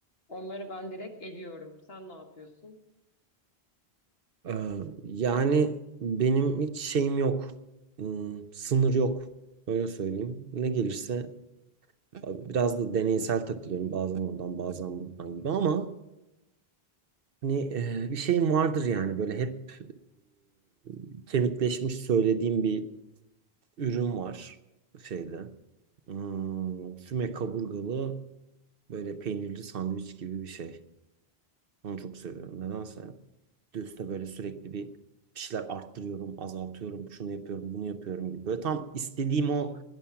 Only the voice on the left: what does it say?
Onları ben direkt eliyorum. Sen ne yapıyorsun?